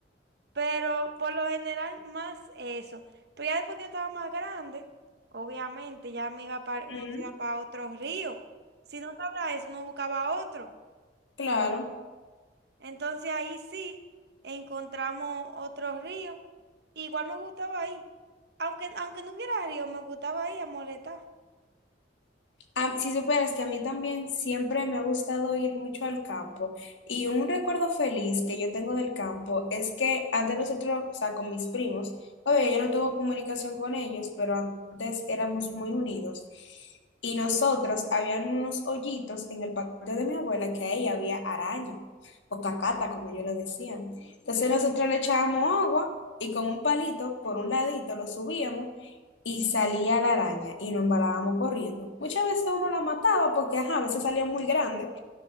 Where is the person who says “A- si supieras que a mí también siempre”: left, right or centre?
Left